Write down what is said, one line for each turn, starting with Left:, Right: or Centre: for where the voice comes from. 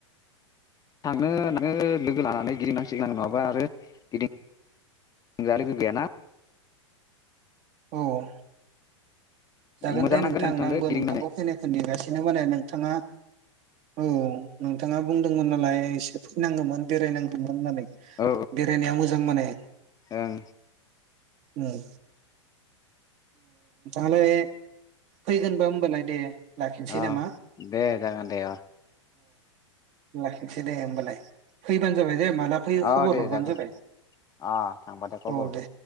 Left: थांनो लोगो। लानानै गिदिं नांसिगोन नङाबा आरो गिदिंग्रा लोगो गैयाना।
Right: औ। जागोन
Left: मोजां
Right: दे
Left: नांगोन
Right: नोंथां
Left: नोंथांखो
Right: आंबो
Left: गिदिंनानै
Right: नोंथांखौ फैनायखौ नेगासिनो माने नोंथाङा औ नोंथाङा बुंदोंमोन नालाय एसे फैनांगौमोन बेरायनांगौमोन होननानै
Left: औ
Right: बेरायनाया मोजां माने
Left: ओं
Right: उम <inaudible> फैगोनबा होमबालाय दे लाखिनोसै
Left: अ
Right: नामा
Left: दे जागोन दे
Right: लाखिनसै दे होमबालाय फैबानो जाबाय दे माला फैयो
Left: अ
Right: खबर
Left: दे
Right: हरबानो
Left: जागोन
Right: जाबाय
Left: दे अ थांबाथाय खबर
Right: औ
Left: हरगोन
Right: दे